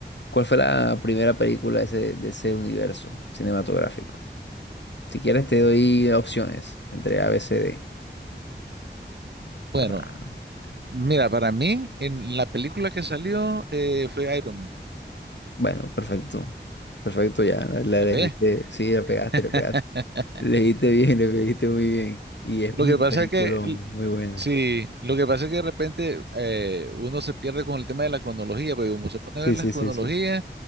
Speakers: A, on the left; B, on the right.
A: ¿Cuál fue la primera película de ese, de ese universo cinematográfico? Si quieres te doy opciones entre A, B, C, D.
B: Bueno,
A: Para...
B: Mira, para mí, en la película que salió eh, fue Iron Man.
A: Bueno, perfecto. Perfecto, ya la, la
B: La
A: elegiste.
B: pegué.
A: Sí, la pegaste,
B: <laughs>
A: le pegaste. Leíste bien, le pegaste muy bien. Y es un
B: Lo que pasa
A: peliculón,
B: es que, l-
A: muy buena.
B: sí, lo que pasa es que de repente eh, uno se pierde con el tema de la cronología, porque como se pone a
A: Sí,
B: ver las
A: sí,
B: cronologías,
A: sí, sí.